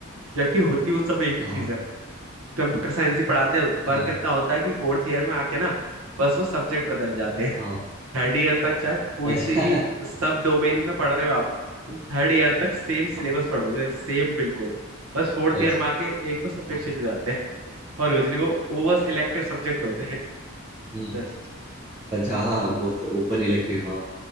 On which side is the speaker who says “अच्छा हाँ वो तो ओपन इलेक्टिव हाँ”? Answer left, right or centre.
Right